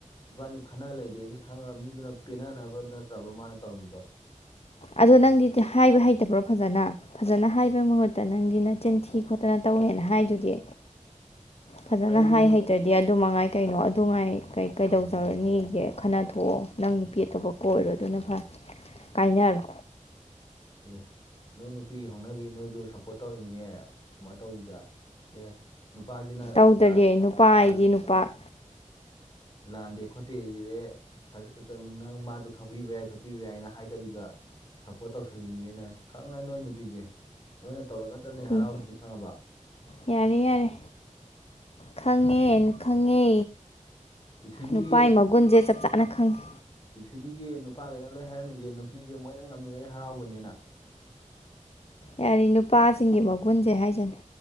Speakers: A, on the left (about 35°); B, on the left (about 50°).
A: ꯏꯕꯥꯅꯤ ꯈꯟꯅ ꯂꯩꯔꯦꯁꯦ ꯈꯪꯉꯒ ꯃꯤꯗꯨꯅ ꯄꯦꯟꯅꯅꯕ ꯅꯠꯇ꯭ꯔꯕ ꯃꯥꯅ ꯇꯧꯔꯝꯃꯤꯗꯣ
B: ꯑꯗꯣ ꯅꯪꯗꯤꯗꯤ ꯍꯥꯏꯕ ꯍꯩꯇꯕ꯭ꯔꯣ ꯐꯖꯅ ꯐꯖꯅ ꯍꯥꯏꯕꯩ ꯃꯍꯨꯠꯇ ꯅꯪꯗꯤ ꯅꯆꯤꯟꯊꯤ ꯈꯣꯠꯇꯅ ꯇꯧꯋꯦꯅ ꯍꯥꯏꯗꯨꯗꯤ ꯐꯖꯅ
A: ꯑꯩꯗꯤ
B: ꯍꯥꯏ ꯍꯩ ꯇ꯭ꯔꯗꯤ ꯑꯗꯨ ꯃꯉꯥꯏ ꯀꯩꯅꯣ ꯑꯗꯨꯉꯥꯏ ꯀꯩ ꯀꯩꯗꯧꯖꯔꯨꯅꯤꯒꯦ ꯈꯟꯅꯊꯣꯛꯑꯣ ꯅꯪ ꯅꯨꯄꯤ ꯑꯇꯣꯞꯄ ꯀ‌ꯣꯏꯔꯣ ꯑꯗꯨꯅ ꯐꯔ‌ꯦ ꯀꯥꯏꯅꯔꯣ
A: ꯑꯦ ꯅꯣꯏ ꯅꯨꯄꯤꯒꯤ ꯍꯧꯅꯕꯤ ꯅꯣꯏꯖꯨ ꯁꯞꯄꯣꯔꯠ ꯇꯧꯔꯤꯃꯤꯅꯦ ꯁꯨꯃꯥꯏꯅ ꯇꯧꯔꯤꯗ ꯑꯦ ꯅꯨꯄꯥꯁꯤꯅ
B: ꯇꯧꯗ꯭ꯔꯗꯤ
A: ꯂꯥꯟ
B: ꯅꯨꯄꯥ
A: ꯂꯥꯟ
B: ꯍꯥꯏꯗꯤ ꯅꯨꯄꯥ
A: ꯂꯥꯟꯗꯦ ꯈꯣꯠꯇꯦ ꯁꯤꯗꯤ ꯀꯩꯅꯣ ꯅꯪ ꯃꯥꯗꯣ ꯈꯪꯕꯤꯕ ꯌꯥꯏ ꯈꯣꯠꯄꯤꯕ ꯌꯥꯏꯅ ꯍꯥꯏꯗꯕꯤꯗ ꯁꯞꯄꯣꯔꯠ ꯇꯧꯁꯜꯂꯤꯃꯤꯅꯤꯅ‌ꯦ ꯈꯪꯉ‌ꯦ ꯅꯣꯏ ꯅꯨꯄꯤꯁꯦ ꯅꯣꯏꯅ ꯇꯧꯔ ꯈꯛꯇꯅꯦ ꯍꯔꯥꯎꯔꯤꯁꯤ
B: ꯏ,
A: ꯈꯪꯉꯕ
B: ꯌꯥꯔꯦ ꯌꯥꯔꯦ ꯈꯪꯉꯦ ꯈꯪꯉꯦ
A: ꯄ꯭ꯔꯤꯊꯤꯕꯤꯒꯤ
B: ꯅꯨꯄꯥ ꯃꯒꯨꯟꯁꯦ ꯆꯞ ꯆꯥꯅ ꯈꯪꯉꯦ
A: ꯄ꯭ꯔꯤꯊꯤꯕꯤꯒꯤ ꯅꯨꯄꯥꯈꯩꯅ ꯂꯣꯏ ꯍꯥꯏꯔꯝꯃꯤꯁꯦ ꯅꯨꯄꯤꯁꯦ ꯃꯣꯏꯅ ꯉꯝꯃꯤꯈꯩ ꯍꯔꯥꯎꯕꯅꯤꯅ
B: ꯌꯥꯔ‌ꯦ ꯅꯨꯄꯥꯁꯤꯡꯒꯤ ꯃꯒꯨꯟꯁꯦ ꯍꯥꯏꯖꯅꯤ